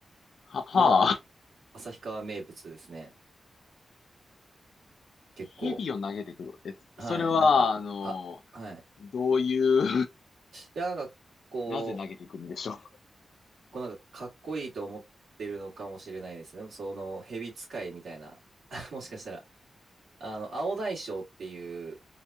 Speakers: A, on the left; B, on the right.
A: は、はあ、
B: のは、旭川名物ですね。結構。
A: 蛇を投げてくる。え、
B: はい、
A: それは、
B: なんか、
A: あの、
B: あ、はい。い
A: どういう
B: や、なんか、
A: <laughs>
B: こう、
A: なぜ投げてくるんでしょう。
B: こうなんかかっこいいと思ってるのかもしれないですね。その蛇使いみたいな。<laughs> もしかしたら。あの、青大将っていう、